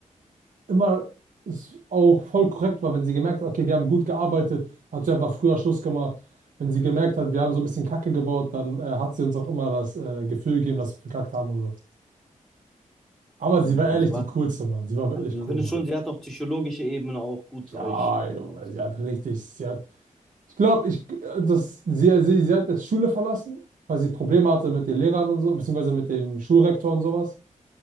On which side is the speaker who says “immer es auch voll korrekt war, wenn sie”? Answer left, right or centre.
Right